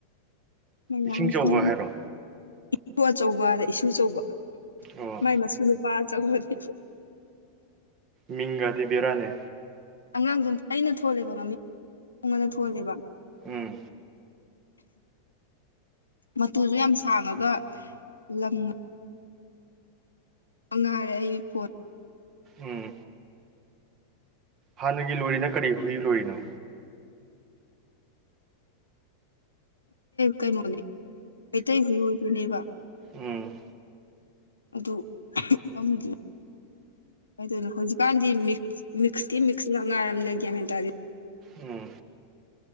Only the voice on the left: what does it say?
ꯃꯌꯥꯝꯁꯤꯅ
ꯏꯆꯁꯨ ꯑꯆꯧꯕ ꯑꯗ ꯏꯁꯨ ꯑꯆꯧꯕ
ꯃꯥꯏ ꯃꯁꯨ ꯅꯨꯄꯥ ꯑꯆꯧꯕꯅꯤ
ꯑꯉꯥꯡꯁꯨ ꯑ ꯑꯩꯅ ꯊꯣꯜꯂꯦꯕ ꯃꯃꯤꯡ ꯅꯣꯡ ꯑꯃꯗ ꯊꯣꯜꯂꯦꯕ
ꯃꯇꯨꯁꯨ ꯌꯥꯝ ꯁꯥꯡꯉꯒ ꯂꯪꯉ ꯃꯉꯥꯏꯔꯦ ꯑꯩ ꯐꯣꯟ
ꯀꯩꯅꯣꯅꯦ ꯃꯩꯇꯩ ꯍꯨꯏꯔꯨꯗꯨꯅꯦꯕ
ꯑꯗꯨ ꯀꯝꯒꯤ ꯑꯗꯨꯅ ꯍꯧꯖꯤꯛꯀꯥꯟꯗꯤ ꯃꯤꯛꯁꯀꯤ ꯃꯤꯛꯁꯅ ꯉꯥꯏꯔꯝꯅꯒꯦꯝ ꯍꯥꯏ ꯇꯥꯔꯗꯤ